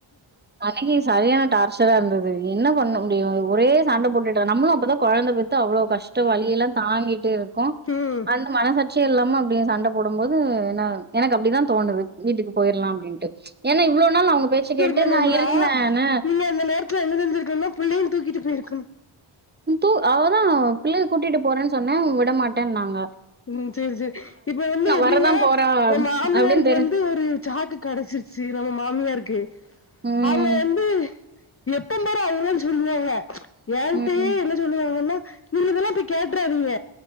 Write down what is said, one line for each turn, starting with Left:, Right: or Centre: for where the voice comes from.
Right: அன்னைக்கு சரியான டார்ச்சரா இருந்தது என்ன பண்ண முடியு ஒரே சண்ட போட்டுட்டு நம்மளு அப்பதா கொழந்த பெத் து அவ்ளவு கஷ்ட வழிய எல்லா தாங்கிட்டு இருக்கோ
Left: ம்
Right: அந்த மனசட் விசய இல்லாம அப்டிய சண்ட போடும் போது என்ன எனக்கு அப்டிதா தோணு வீட்டுக்கு போயிலா அப்டின்ட்டு ஏனா இவ்ள நாள் நா அவங்க பேச்ச கேட்டு
Left: வேணும்னா
Right: நா இருந்தேன்னு
Left: நீங்க அந்த நேரத்துல என்ன செஞ்சிருக்கனுனா புள்ளயு தூக்கிட்டு போயிருக்கணு
Right: தூ அவதா பிள்ளைய கூட்டிட்டு போறேனு சொன்ன விடமாட்டேனாங்க
Left: ம் சரி சரி இப்ப வந்து எப்டினா
Right: வரதான் போறா
Left: இப்ப மாமியாருக்கு
Right: அப்படின்னு தெரி
Left: வந்து ஒரு சாக்கு கடசிருச்சு நம்ம மாமியாருக்கு
Right: ம்.
Left: அவங்க வந்து எப்பம் பாரு அவங்களு சொல்லுவாங்க எங்கிட்டயே
Right: ம்.
Left: என்ன சொல்லுவாங்கனா நீங்க இதெல்லா போய் கேட்றாதீங்க